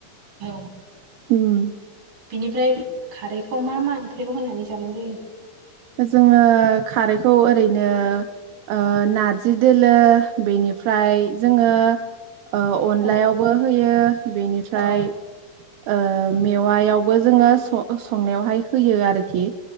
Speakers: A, on the right; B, on the right.
A: औ।
B: उम।
A: बिनिफ्राय खारै <unintelligible> मा- मा ओंख्रियाव होनानै जानाय जायो?
B: जोङो खारैखौ ओरैनो ओ नारजि दोलो बेनिफ्राय जोङो ओ अनलायावबो
A: औ
B: होयो बेनिफ्राय
A: औ
B: ओ मेवायावबो जोङो सं- संनायावहाय होयो आरोखि।